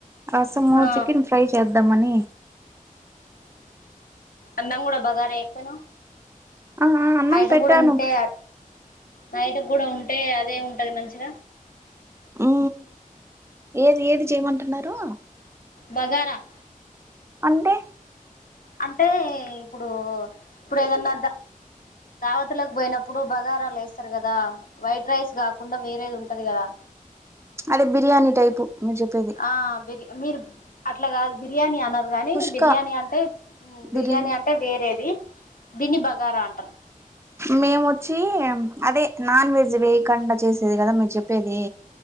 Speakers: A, on the right; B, on the left.
A: రసము
B: ఆ.
A: చికెన్ ఫ్రై చేద్దామని
B: అన్నా కూడ బగారా ఎక్కువను
A: ఆ ఆ అన్నం
B: నైట్
A: పెట్టాను
B: కూడ ఉంటే
A: ఇప్పుడే
B: నైట్ కూడ ఉంటే అదే ఉంటది మంచిగ
A: ఉ ఏది ఏది చేయమంటున్నారు
B: బగార
A: అంటే
B: అంటే ఇప్పుడు ఇప్పుడు ఏదన్న దావతులోకి పోయినప్పుడు బగారాలు ఎస్తారు కదా వైట్ రైస్ కాకుండా వేరేది ఉంటది కదా
A: అదే బిర్యానీ టైపు మీరు చెప్పేది
B: ఆ బీర్ మీరు అట్లా కాదు బిర్యానీ అనరు గానీ
A: కుష్కా
B: బిర్యానీ అంటే బిర్యానీ
A: బిరి
B: అం టే వేరేది దిన్ని బాగారా అంటరు
A: మేము వచ్చి అదే నాన్ వెజ్ వేయకండా చేసేది కదా మీరు చెప్పేది